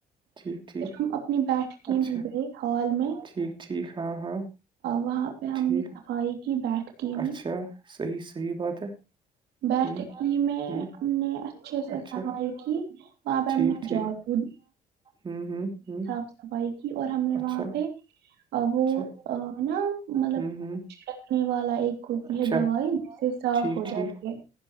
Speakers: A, on the right; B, on the right.
A: ٹھیک
B: پھر
A: ٹھیک
B: ہم اپنی بیٹکیں
A: اچھا
B: بھی گئے ہال میں
A: ٹھیک ٹھیک ہاں ہاں
B: وہاں پہ ہم
A: ٹھیک
B: نے صفائی کی بیٹھک میں
A: اچھا صحیح صحیح بات ہے
B: بیٹھک
A: ہوں
B: کی میں
A: ہوں
B: ہم نے اچھے سے
A: اچھا
B: سفائی کی وہاں پہ ہم
A: ٹھیک
B: نے
A: ٹھیک
B: جاؤ
A: ہوں ہوں ہوں
B: صاف صفائی کی اور ہم نے
A: اچھا
B: وہاں پہ وہ
A: اچھا
B: نا مطلب
A: ہوں ہوں
B: چھڑکنے والا ایک ہوتی
A: اچھا
B: ہے دوائی جسے صاف
A: ٹھیک
B: ہو
A: ٹھیک
B: جاتی ہے